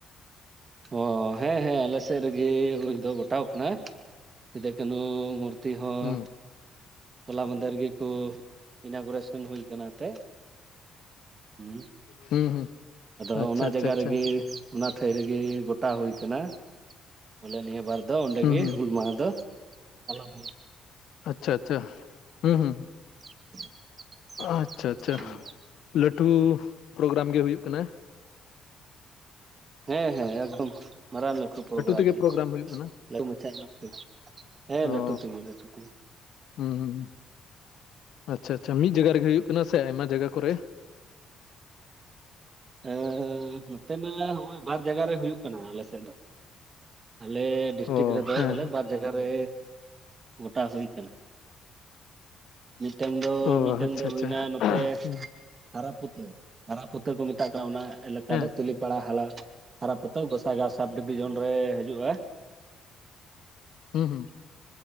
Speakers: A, on the right; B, on the left.
A: ᱚ ᱦᱮᱸ ᱦᱮᱸ ᱟᱞᱮ ᱥᱮᱫ ᱨᱮᱜᱮ ᱦᱩᱭ ᱫᱚ ᱜᱚᱴᱟᱣ ᱠᱟᱱᱟ ᱥᱮᱫᱳ ᱠᱟᱱᱳ ᱢᱩᱨᱛᱤ ᱦᱚᱸ
B: ᱦᱩᱸ
A: ᱦᱚᱞᱟ ᱢᱟᱦᱫᱮᱨ ᱜᱮᱠᱚ ᱤᱱᱟᱜᱚᱨᱮᱥᱚᱱ ᱦᱩᱭ ᱠᱟᱱᱟ ᱮᱱᱛᱮ ᱦᱩᱸ
B: ᱦᱩᱸ ᱦᱩᱸ
A: ᱟᱫᱚ
B: ᱟᱪᱪᱷᱟ
A: ᱚᱱᱟ
B: ᱟᱪᱪᱷᱟ
A: ᱡᱟᱜᱟ
B: ᱟᱪᱪᱷᱟ
A: ᱨᱮᱜᱮ ᱚᱱᱟ ᱴᱷᱟᱹᱭ ᱨᱮᱜᱮ ᱜᱚᱴᱟ ᱦᱩᱭ ᱠᱟᱱᱟ ᱵᱚᱞᱮ ᱱᱤᱭᱟᱹ ᱵᱟᱨ ᱫᱚ ᱚᱸᱰᱮ
B: ᱦᱩᱸ
A: ᱜᱮ
B: ᱦᱩᱸ
A: ᱦᱩᱞ ᱢᱟᱦᱟ ᱫᱚ ᱯᱟᱞᱚᱱ ᱦᱩᱭᱩ
B: ᱟᱪᱪᱷᱟ ᱟᱪᱪᱷᱟ ᱦᱩᱸ ᱦᱩᱸ
A: <inaudible>
B: ᱟᱪᱪᱷᱟ ᱟᱪᱪᱷᱟ
A: ᱦᱩᱸ
B: ᱞᱟᱹᱴᱩ ᱯᱨᱳᱜᱽᱨᱟᱢ ᱜᱮ ᱦᱩᱭᱩᱜ ᱠᱟᱱᱟ
A: ᱦᱮᱸ ᱦᱮᱸ ᱮᱠᱫᱚᱢ ᱢᱟᱨᱟᱝ ᱞᱟᱹᱴᱩ ᱯᱨᱳᱜᱨᱟᱢ
B: ᱛᱮᱜᱮ
A: ᱜᱮ
B: ᱦᱩᱭᱩᱜ ᱠᱟᱱᱟ
A: ᱞᱟᱹᱴᱩ ᱢᱟᱪᱷᱟ ᱧᱚᱜ ᱛᱮᱜᱮ ᱦᱮᱸ
B: ᱚ
A: ᱞᱟᱹᱴᱩ ᱛᱮᱜᱮ ᱞᱟᱹᱴᱩ ᱛᱮᱜᱮ
B: ᱦᱩᱸ ᱦᱩᱸ ᱦᱩᱸ ᱟᱪᱪᱷᱟ ᱟᱪᱪᱷᱟ ᱢᱤᱫ ᱡᱟᱜᱟ ᱨᱮᱜᱮ ᱦᱩᱭᱩᱜ ᱠᱟᱱᱟ ᱥᱮ ᱟᱭᱢᱟ ᱡᱟᱜᱟ ᱠᱚᱨᱮ
A: ᱮᱸᱻ ᱱᱚᱛᱮ ᱢᱟ ᱦᱚᱸᱜᱼᱚᱭ ᱵᱟᱨ ᱡᱟᱜᱟ ᱨᱮ ᱦᱩᱭᱩᱜ ᱠᱟᱱᱟ ᱟᱞᱮ ᱥᱮᱫ ᱫᱚ᱾ ᱟᱞᱮ ᱰᱤᱥᱴᱤᱠ
B: ᱚ
A: ᱨᱮᱫᱚ
B: ᱦᱮᱸ
A: ᱵᱚᱞᱮ ᱵᱟᱨ ᱡᱟᱜᱟ ᱨᱮ ᱜᱚᱴᱟ ᱦᱩᱭ ᱠᱟᱱᱟ᱾ ᱢᱤᱫᱴᱟᱝ ᱫᱚ
B: ᱦᱮᱸ ᱚ
A: ᱢᱤᱫᱴᱟᱝ
B: ᱟᱪᱪᱷᱟ
A: ᱫᱚ
B: ᱟᱪᱪᱷᱟ
A: ᱦᱩᱭᱱᱟ ᱱᱚᱛᱮ
B: ᱦᱩᱸ,
A: ᱦᱟᱨᱟᱯᱩᱛᱟᱹ᱾ ᱦᱟᱨᱟ ᱯᱩᱛᱟᱹ ᱠᱚ ᱢᱮᱛᱟᱜ ᱠᱟᱱᱟ ᱚᱱᱟ ᱮᱞᱟᱠᱟ
B: ᱦᱮᱸ
A: ᱫᱚ ᱛᱟᱱᱤ ᱯᱟᱲᱟ ᱦᱟᱞᱟ ᱦᱟᱨᱟ ᱯᱚᱛᱚᱵ ᱜᱚᱥᱟᱜᱟᱣ ᱥᱟᱵ ᱰᱤᱵᱷᱤᱡᱚᱱ ᱨᱮ ᱦᱤᱡᱩᱜᱼᱟ᱾
B: ᱦᱩᱸ ᱦᱩᱸ